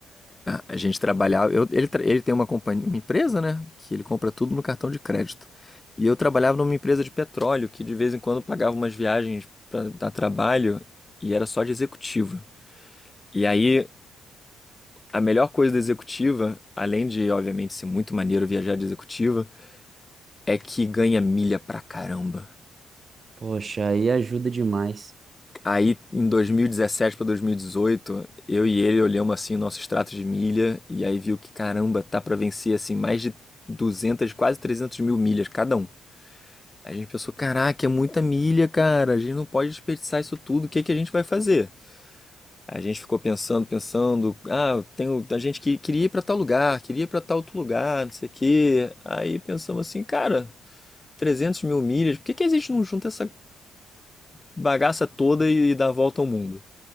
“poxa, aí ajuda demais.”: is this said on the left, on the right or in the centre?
Right